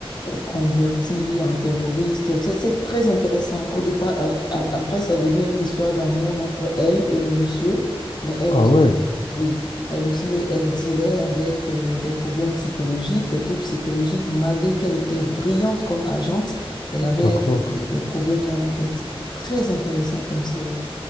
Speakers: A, on the left (about 45°); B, on the left (about 80°).
A: euh, converti en terroriste. C'est c'est très intéressant. Au départ, euh, a- après, ça devient une histoire d'amour entre elle et le monsieur, mais elle
B: Ah
A: aussi,
B: ouais,
A: oui, elle aussi, elle dealait avec euh, des problèmes psychologiques, des troubles psychologiques, malgré qu'elle était brillante comme agente, elle avait
B: d'accord.
A: euh, des, des problèmes dans la tête. Très intéressant comme série.